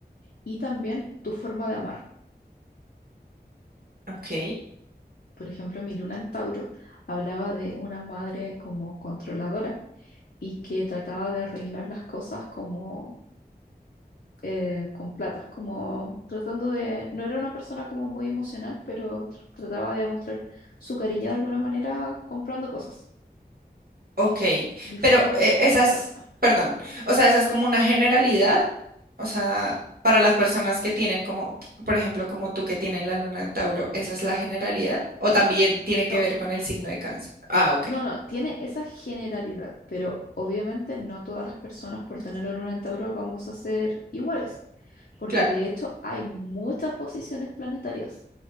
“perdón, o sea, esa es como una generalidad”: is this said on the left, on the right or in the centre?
Right